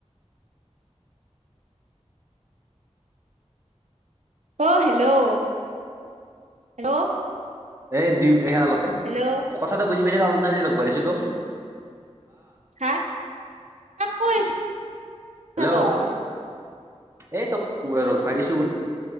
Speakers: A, on the right; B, on the right.
A: অহ হেল্ল' হেল্ল'
B: এই দি এয়া অলপতে
A: হেল্ল'
B: কথাটো বুজি পাইছে অলপ লগবঢ়িছো তো
A: হা আ কৈ
B: হেল্ল'
A: আছ
B: এই ত ভিছো বুলি